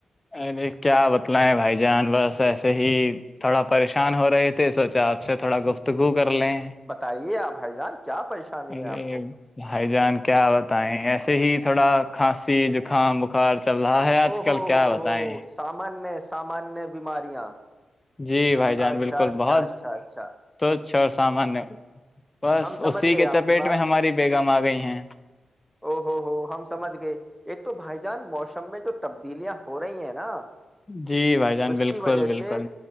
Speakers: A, on the left; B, in the centre.
A: ارے کیا بتلیں بھائی جان بس ایسے ہی تھوڑا پریشان ہو رہے تھے سوچا آپ سے تھوڑا گفتگو کر لیں
B: بتائیے آپ بائی جال کیا پریشانی
A: ارے
B: ہے آپ کو
A: بھائی جان کیا بتائیں ایسے ہی تھوڑا کھانسی زکام بخار چل رہا ہے آج
B: او
A: کل
B: ہو
A: کیا
B: ہو
A: بتائیں
B: ہو سمان ہے سامانیہ بیماریاں
A: جی بھائی جان
B: اچھا
A: بالکل
B: اچھا
A: بہت
B: اچھا اچھا
A: تچھ اور سامانیہ بس
B: ہم سمجھ
A: اسی
B: گئے
A: کے
B: آپ
A: چپیٹ
B: کی بات
A: میں ہماری بیگم آ گئی ہیں
B: او ہوو ہو ہم سمجھ گئے ایک تو بھائی جان موسم میں جو تبدیلیاں ہو رہی ہیں نا
A: جی بھائی جان
B: اس
A: بالکل
B: کی وجہ
A: بالکل
B: سے